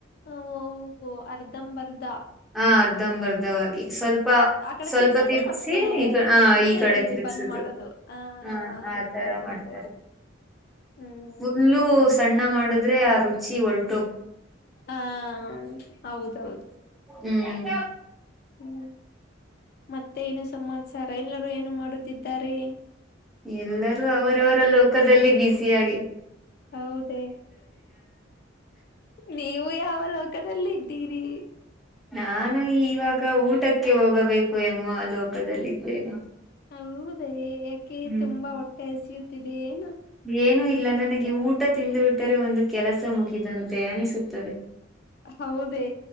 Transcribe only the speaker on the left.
ಹ ಓಹಓ ಅರ್ಧಂಬರ್ಧ
ಆ ಕಡೆ
ತಿರ್ಸೋದು
ಮತ್ತೆ
ಮತ್ತೆ
ಇದ್
ಬಂದ್ ಮಾಡೋದು ಆ
ಗೊತ್ತಾಯ್ತು
ಗೊತ್ತಾಯ್ತು ಹ್ಮ್
ಹಾ ಹೌದೌದು
ಹೂ ಮತ್ತೆ ಏನು ಸಮಾಚಾರ ಎಲ್ಲರೂ ಏನು ಮಾಡುತ್ತಿದ್ದಾರೆ
ಹೌದ ನೀವು ಯಾವಲ ಪಕ್ಕದಲ್ಲ ಇದ್ದೀರಿ
ಹೌದೇ ಏಕೆ
ತುಂಬಾ ಹೊಟ್ಟೆ ಹಸು ಿದೆ ಏನು
ಹೌದೇ